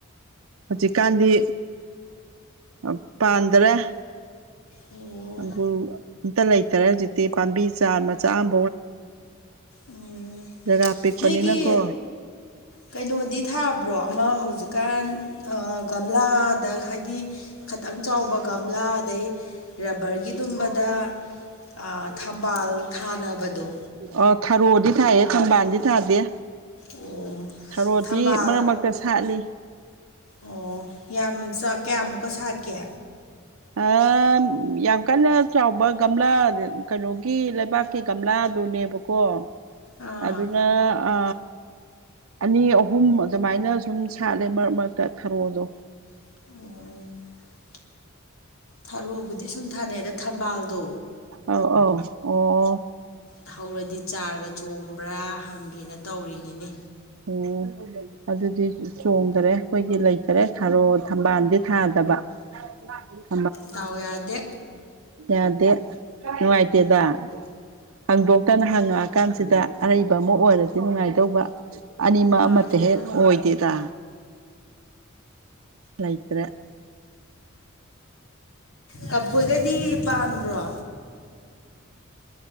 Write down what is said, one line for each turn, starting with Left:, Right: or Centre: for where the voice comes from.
Right: ꯍꯨꯖꯤꯛꯀꯥꯟꯗꯤ ꯑ ꯄꯥꯟꯗꯔꯦ
Left: ꯑꯣ
Right: ꯑꯪꯒꯨꯔ ꯑꯝꯇ ꯂꯩꯇꯔꯦ ꯍꯧꯖꯤꯛꯇꯤ ꯄꯥꯝꯕꯤ ꯆꯥ ꯃꯆꯥ ꯑꯝ__
Left: ꯎꯝ
Right: ꯖꯒꯥ ꯄꯤꯛꯄꯅꯤꯅꯀꯣ
Left: ꯅꯣꯏꯒꯤ ꯀꯩꯅꯣꯗꯤ ꯊꯥꯕ꯭ꯔꯣ ꯑꯃ ꯍꯧꯖꯤꯛꯀꯥꯟ ꯑ ꯒꯝꯂꯥꯗ ꯍꯥꯏꯗꯤ ꯈꯇꯪ ꯆꯥꯎꯕ ꯒꯝꯂꯥ ꯑꯗꯩ ꯔꯕꯔꯒꯤꯗꯨꯝꯕꯗ ꯑ ꯊꯝꯕꯥꯜ ꯊꯥꯅꯕꯗꯣ
Right: ꯑꯣ ꯊꯔꯣꯗꯤ ꯊꯥꯏꯌꯦ ꯊꯝꯕꯥꯟꯗꯤ ꯊꯥꯗꯦ
Left: ꯑꯣ
Right: ꯊꯔꯣꯗꯤ
Left: ꯊꯝꯕꯥꯜ
Right: ꯃꯔꯛ ꯃꯔꯛꯇ ꯁꯥꯠꯂꯤ
Left: ꯑꯣ ꯌꯥꯝ ꯆꯥꯛ ꯀꯌꯥꯃꯨꯛꯀ ꯁꯥꯠꯀꯦ
Right: ꯑ ꯌꯥꯝ ꯀꯟꯅ ꯆꯥꯎꯕ ꯒꯝꯂꯥ ꯀꯩꯅꯣꯒꯤ ꯂꯩꯕꯥꯛꯀꯤ ꯒꯝꯂꯥꯗꯨꯅꯦꯕꯀꯣ
Left: ꯑꯥ
Right: ꯑꯗꯨꯅ ꯑ ꯑꯅꯤ ꯑꯍꯨꯝ ꯑꯗꯨꯃꯥꯏꯅ ꯁꯨꯝ ꯁꯥꯠꯂꯦ ꯃꯔꯛ ꯃꯔꯛꯇ ꯊꯔꯣꯗꯣ
Left: ꯑꯣ ꯊꯔꯨꯕꯨꯗꯤ ꯁꯨꯝ ꯊꯥꯅꯩ ꯑꯗ ꯊꯝꯕꯥꯜꯗꯣ
Right: ꯑꯧ ꯑꯧ ꯑꯣ
Left: ꯊꯧꯔꯗꯤ ꯆꯥꯔꯒ ꯆꯣꯡꯕ꯭ꯔꯥ ꯍꯪꯒꯦꯅ ꯇꯧꯔꯤꯅꯤꯅꯦ
Right: ꯑꯣ ꯑꯗꯨꯗꯤ ꯆꯣꯡꯗꯔꯦ ꯑꯩꯈꯣꯏꯒꯤ ꯂꯩꯇꯔꯦ ꯊꯥꯔꯣ ꯊꯝꯕꯥꯜꯗꯤ ꯊꯥꯗꯕ <inaudible>
Left: ꯗꯥꯎ ꯌꯥꯗꯦ
Right: ꯌꯥꯗꯦ ꯅꯨꯡꯥꯏꯇꯦꯗ ꯍꯪꯗꯣꯛꯇꯅ ꯍꯪꯉꯛꯑꯀꯥꯟꯁꯤꯗ ꯑꯔꯩꯕ ꯑꯃ ꯑꯣꯏꯔꯗꯤ ꯅꯨꯡꯉꯥꯏꯗꯧꯕ ꯑꯅꯤꯃꯛ
Left: ꯃꯥꯅꯦ
Right: ꯑꯃꯇ
Left: ꯃꯥꯅꯦ
Right: ꯍꯦꯛ ꯑꯣꯏꯗꯦꯗ ꯂꯩꯇ꯭ꯔꯦ
Left: ꯀꯐꯣꯏꯒꯗꯤ ꯄꯥꯟꯕ꯭ꯔꯣ